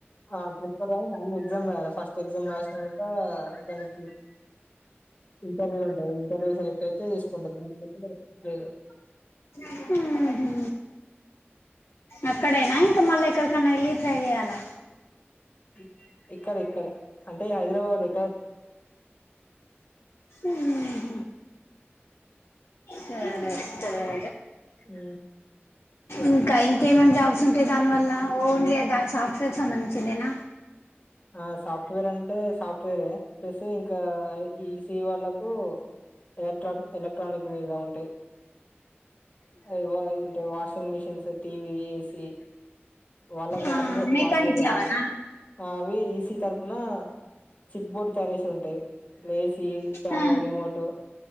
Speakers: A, on the left (about 35°); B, on the left (about 70°).
A: ఆ చూసుకోవాలి గానీ ఇగ ముందు ఎగ్జామ్ రాయాల ఫస్ట్ ఎగ్జామ్ రాసినంకా దానికి ఇంటర్వ్యూ ఉంటది. ఇంటర్వ్యూ సెలెక్ట్ అయితే తీసుకుంటరు. <unintelligible>
B: ఊహూ అక్కడేనా ఇంకా మళ్ళా ఎక్కడికన్నా ఎళ్ళి ట్రై చెయ్యాలా.
A: ఇక్ ఇక్కడే ఇక్కడే అంటే ఈ హైదరాబాద్ లే
B: ఉమ్మ్ సరే సరే
A: ఊ
B: ఇంకా ఇంకేంమేం జాబ్స్ ఉంటాయి దానివల్లా. ఓన్లీ అ దాని సాఫ్ట్వేర్ కి సంబంధించిందేనా.
A: ఆ సాఫ్ట్వేర్ అంటే సాఫ్ట్వేరే ప్లస్సు ఇంక కా ఈ సీవాళ్ళకూ. ఎలక్ట్రాఫిక్, ఎలక్ట్రానిక్ మీదా ఉంటాయి. అ ఇవ్వా ఇంట్లో వాషింగ్ మిషిన్స్, టీవీ, ఏసీ వాళ్ళకు
B: ఆ
A: వాటి మీద
B: మెకానిక్
A: వాటి మీద ఉంటయీ.
B: లాగానా
A: ఆ అవ్వీ ఈసీ తరపునా చిప్ బోర్డు తయారు చేశేవి ఉంటయి. ఇట్ల ఏసీ, ఫ్యాను,
B: ఆ
A: రిమోటూ.